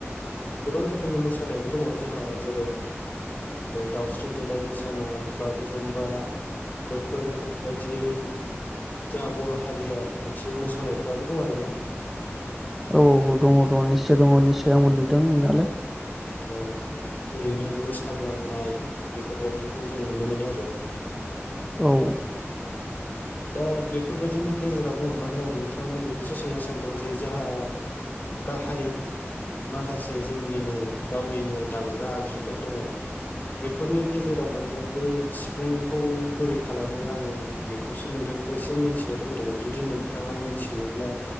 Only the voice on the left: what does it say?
गोबां रोखोमनि मोसानायबो दङ जोंहा जेरै दाउस्रि देलाय मोसानाय बागुरुमबा बेफोरबायदियै जोंहा बर' हारिया मोनसे मोसानायफ्राबो दं आरोना
औ ओरैनो मोसाग्लांनाय बेफोरबायदिखौ जों नुनो मोनो आरो
दा बेफोरबायदिनि गेजेरावनो माने आं नोंथांनाव बेखौसो सोंनो सानदों जे जोंहा गाहाय माखासे जोंनिनो गावनिनो दामग्रा आगजुफोर दङ बेफोरनि गेजेराव माने बे सिफुंखौ बोरै खालामो आङो बेखौसो नोंथांनिफ्राय एसे मिथिनो लुबैदोंमोन जुदि नोंथाङा मिथियोब्ला